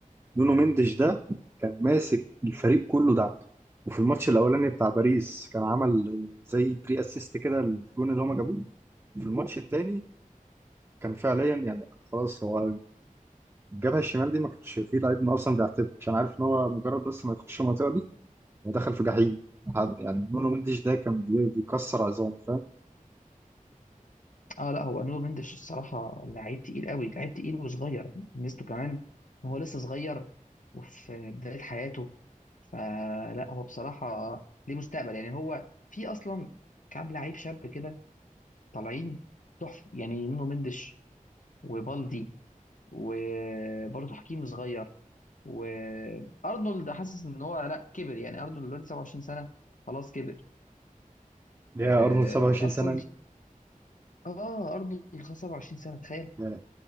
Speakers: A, on the right; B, on the left.
A: نونو مندش ده كان ماسك الفريق كله دعك وفي الماتش الاولاني بتاع باريس كان عمل آه، زي بري اسيست كده الجون اللي هما جابوه في الماتش التاني كان فعليا يعني خلاص هو الجبهة الشمال دي ما كانش فيه لعيب من اصلا بيعتبر عشان عارف ان هو مجرد بس ما يخش المنطقة دي هو دخل في جحيم حد يعني نونو مندش ده كان بي- بيكسر عظام فاهم
B: اه لا هو نونو مندش الصراحه لعيب تقيل قوي لعيب تقيل وصغير ميزته كمان ان هو لسه صغير وفي بدايه حياته فلا هو بصراحه ليه مستقبل يعني هو في اصلا كام لعيب شاب كده طالعين تحفه يعني نونو مندش وبالدي وبرضه حكيم صغير وارنولد حاسس ان هو لا كبر يعني ارنولد دلوقتي 27 سنه خلاص كبر
A: ليه
B: آه،
A: يا ارنولد 27
B: اصلا
A: سنه دي؟
B: اه ارنولد خلاص 27 سنه تخيل
A: يعني